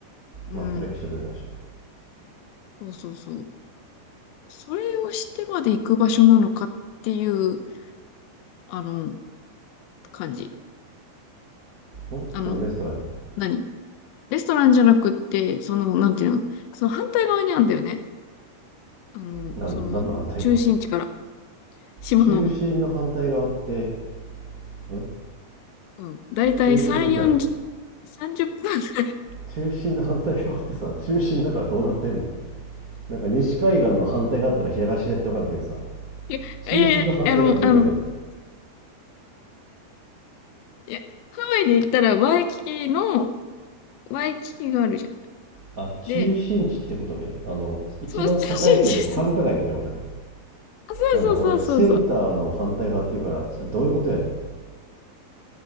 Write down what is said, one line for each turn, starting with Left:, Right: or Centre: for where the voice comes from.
Left: うん。
Right: まあフレキシブルだし
Left: そうそうそう。それをしてまで行く場所なのかっていう、あの、感じ。
Right: んそのレストランに
Left: あの、何レストランじゃなくって、その、なんていうの、その反対側にあるんだよね。あの、
Right: 何何の反対側
Left: その、中心地から、島の、
Right: 中心の反対側ってん
Left: うん、だいたい3、
Right: 中心じゃん
Left: 40、分ぐらい。
Right: 中心の反対側ってさ中心だからどうなってんねんなんか西海岸の反対があったら東でってわかるけどさ、
Left: <laughs> いやいやいや、
Right: 中心の反対がってどういうことやん？
Left: あの、あの、いや、ハワイで行ったらワイキキの、ワイキキがあるじゃん。
Right: あ、中心地ってことね。
Left: で、
Right: あの、一番栄えてる繁華街みたいなことね。
Left: そう、中心地です。あ、
Right: なんだ、
Left: そうそうそうそうそう。
Right: 俺、センターの反対側っていうから、それどういうことやね